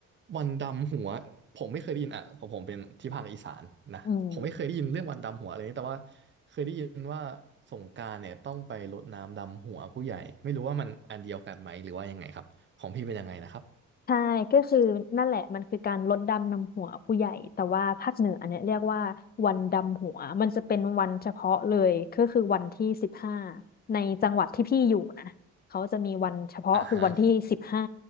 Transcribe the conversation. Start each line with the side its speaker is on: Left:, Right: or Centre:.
Right: วันดำหัวผมไม่เคยได้ยินอ่ะของผมเป็นที่ภาคอีสานนะผมไม่เคยได้ยินเรื่องวันดำหัวอะไรนี้แต่ว่า
Left: อืม
Right: เคยได้ยินว่าสงกรานต์เนี่ยต้องไปรดน้ำดำหัวผู้ใหญ่ไม่รู้ว่ามันอันเดียวกันไหมหรือว่ายังไงครับของพี่เป็นยังไงนะครับ
Left: ใช่ก็คือนั่นแหละมันคือการลดดำนำหัวผู้ใหญ่แต่ว่าภาคเหนืออันเนี้ยเรียกว่าวันดำหัวมันจะเป็นวันเฉพาะเลยก็คือวันที่สิบห้าในจังหวัดที่พี่อยู่นะเขาจะมีวันเฉพาะคือวันที่สิบห้า
Right: อ่าฮะ